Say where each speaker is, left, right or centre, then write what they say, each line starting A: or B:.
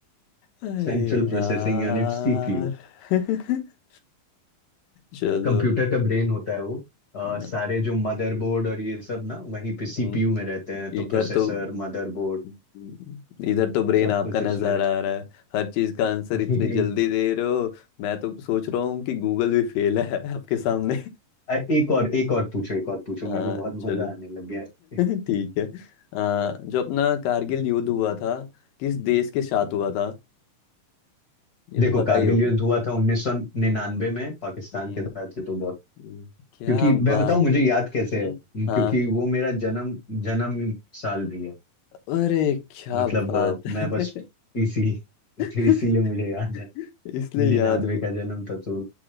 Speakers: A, on the left; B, on the left.
A: अरे
B: central
A: यार
B: processing unit CPU
A: <laughs> चलो
B: Computer का ब्रेन होता है वो अ,
A: हम्म,
B: सारे जो मदरबोर्ड और ये सब ना वहीं पे सीपीयू
A: हम्म,
B: में रहते हैं तो
A: इधर
B: प्रोसेसर
A: तो
B: मदरबोर्ड
A: हम्म, इधर तो ब्रेन
B: सब
A: आपका
B: कुछ
A: नजर
B: उसमें रहता
A: आ रहा है हर चीज का आंसर इतनी
B: है
A: जल्दी
B: <laughs>
A: दे रहे हो मैं तो सोच रहा हूँ कि गूगल भी फेल है <laughs> आपके सामने
B: अ, एक और एक और पूछो एक और पूछो
A: हाँ
B: मेरे को बहुत
A: चलो
B: मजा आने लग गया है
A: <laughs> ठीक है आ, जो अपना कारगिल युद्ध हुआ था किस देश के साथ हुआ था ये
B: देखो
A: तो पता
B: कारगिल
A: ही होगा
B: युद्ध हुआ था 1999 में पाकिस्तान
A: हम्म,
B: के साथ ये तो बहुत
A: हम्म, क्या
B: क्योंकि मैं
A: बात
B: बताऊं मुझे
A: है हम्म,
B: याद कैसे है उम,
A: हाँ
B: क्योंकि वो मेरा जन्म जन्म साल भी है
A: अरे क्या
B: मतलब
A: बात
B: अ, मैं बस
A: है
B: इसी <laughs>
A: <laughs>
B: तो इसीलिए मुझे याद है
A: इसलिए
B: निन्यानवे
A: याद भी
B: का जन्म था तो